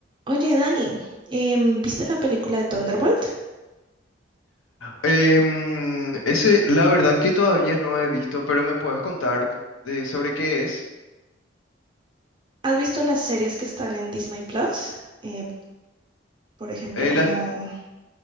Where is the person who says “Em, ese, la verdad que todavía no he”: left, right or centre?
Left